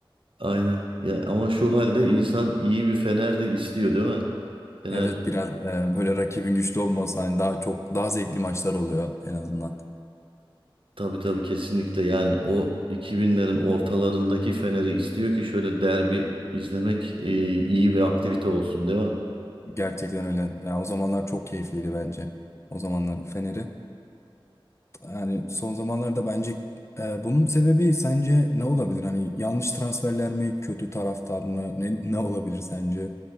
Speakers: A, on the right; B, on the left.
A: Aynen. Ya ama şu halde insan iyi bir Fener de istiyor değil mi? Fener
B: Evet biraz e, böyle rakibin güçlü olması hani daha çok daha zevkli maçlar oluyor en azından.
A: Tabii tabii kesinlikle yani o 2000'lerin ortalarındaki Fener'i istiyor ki şöyle derbi izlemek e, iyi bir aktivite olsun değil mi?
B: Gerçekten öyle. Ya, o zamanlar çok keyifliydi bence. O zamanlar Fener'i. Yani son zamanlarda bence e, bunun sebebi sence ne olabilir? Hani yanlış transferler mi, kötü taraftar mı? Ne, ne olabilir sence?